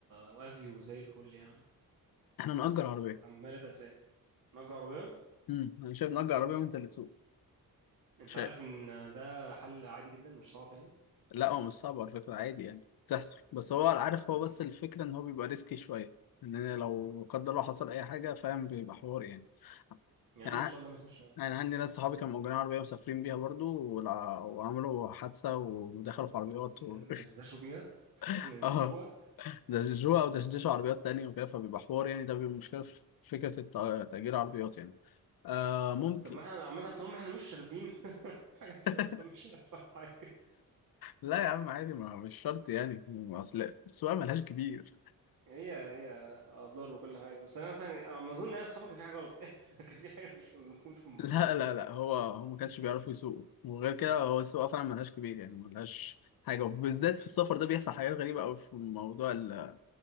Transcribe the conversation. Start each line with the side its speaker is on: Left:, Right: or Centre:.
Right: وافيو زي الفل يا عم
Left: احنا نأجر عربية
Right: عمالة أساسية نجار عربية
Left: امم انا شايف نأجر عربية وانت اللي تسوق
Right: أنت
Left: شيء
Right: عارف إن ده حل عادي جدا مش صعب يعني
Left: لا هو مش صعب على فكرة عادي يعني بتحصل بس هو عارف
Right: مم.
Left: هو بس الفكرة ان هو بيبقى ريسكي شوية ان انا لو لا قدر الله حصل اي حاجة فاهم بيبقى حوار يعني
Right: يا
Left: يعني
Right: عم إن
Left: ع-
Right: شاء الله ما يحصلش حاجة
Left: يعني عندي ناس صحابي كانوا مأجرين عربية مسافرين بيها برضو ولا- وعملوا حادثة ودخلوا في عربيات
Right: <laughs>
Left: و...
Right: دشوا بيها
Left: <laughs>
Right: دشوا
Left: اه دشجوها ودشدشوا عربيات تانية وكده فبيبقى حوار يعني ده بيبقى مشكلة في فكرة الت- تأجير عربيات يعني آه ممكن
Right: طب طب ما إحنا عامة طول ما إحنا مش شاربين <laughs> حاجة إن شاء
Left: <laughs>
Right: الله مش هيحصل حاجة
Left: لا يا عم عادي ما مش شرط يعني اصل السواقة ملهاش كبير
Right: هي هي أضرار وكل حاجة بس أنا مثلا أنا ما أظن إن أنا أصحابك كان في حاجة غلط يعني <laughs> كان في حاجة مش مظبوطة في الموضوع
Left: لا لا لا هو هو ما كانش بيعرفوا يسوقوا وغير كده هو السواقه فعلا ملهاش كبير يعني ملهاش حاجه وبالذات في السفر ده بيحصل حاجات غريبه قوي في موضوع ال-